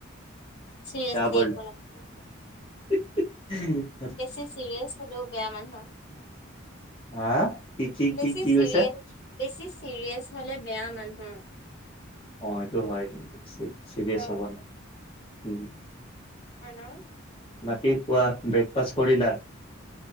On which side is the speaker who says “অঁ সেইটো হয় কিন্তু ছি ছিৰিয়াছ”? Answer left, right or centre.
Left